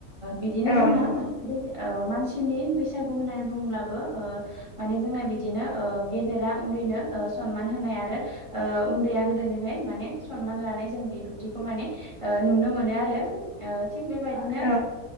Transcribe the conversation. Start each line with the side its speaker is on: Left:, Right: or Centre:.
Right: बिदिनो
Left: औ
Right: जोंना
Left: नंगौ
Right: बे मानसि नि बैसागु होननानै बुंब्लाबो माने जोंना बिदिनो गेदेरा उन्दैनो सनमान होनाय आरो उन्दैया गोदेरनो माने सनमान लानाय जों बेफोरदिखौ माने नुनो मोनो आरो थिग बेबायदिनो
Left: औ